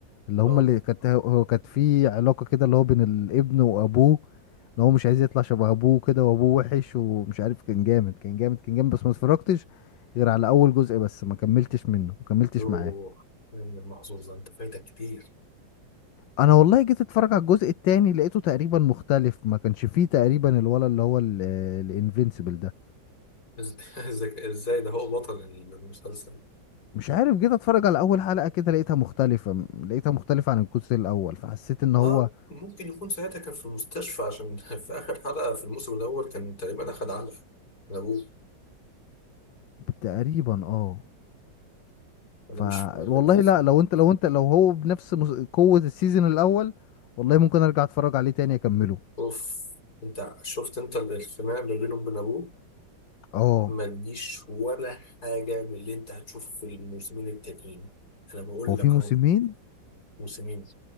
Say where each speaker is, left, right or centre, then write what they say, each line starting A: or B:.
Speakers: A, on the left; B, on the left.
A: اللي هما
B: اه
A: اللي كانت هو كانت في علاقة كده اللي هو بين الابن وابوه اللي هو مش عايز يطلع شبه ابوه كده وابوه وحش ومش عارف كان جامد كان جامد كان جامد بس ما اتفرجتش غير على اول جزء بس ما كملتش منه ما كملتش
B: يوه
A: معاه
B: يا ابن المحظوظ ده انت فايتك كتير
A: انا والله جيت اتفرج على الجزء التاني لقيته تقريبا مختلف ما كانش فيه تقريبا الولا اللي هو الانفينسيبل ده
B: إز- <laughs> إزاي إزاي ده هو بطل المسلسل
A: مش عارف جيت اتفرج على اول حلقة كده لقيتها مختلفة لقيتها مختلفة عن الجزء الاول فحسيت ان
B: اه
A: هو
B: ممكن يكون ساعتها كان في المستشفى عشان <laughs> في آخر حلقة في الموسم الأول كان تقريبا أخد علقة من أبوه
A: تقريبا اه
B: أنا
A: ف
B: مش فاكر
A: والله
B: بالظبط
A: لا لو انت لو انت لو هو بنفس مس- قوة السيزون الاول والله ممكن ارجع اتفرج عليه تاني اكمله
B: أوف أنت شفت أنت الخناقة اللي بينه وبين أبوه
A: اه
B: ما تجيش ولا حاجة من اللي أنت هتشوفه في الموسمين التانيين أنا بقول
A: هو في
B: لك
A: موسمين
B: أهو موسمين